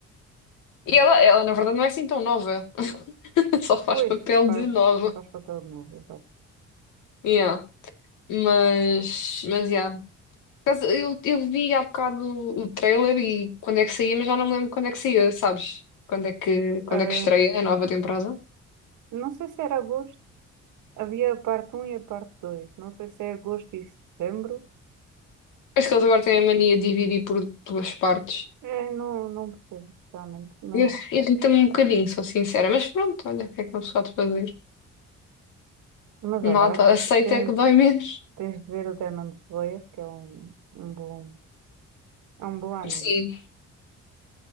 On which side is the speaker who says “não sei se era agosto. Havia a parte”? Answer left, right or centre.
Right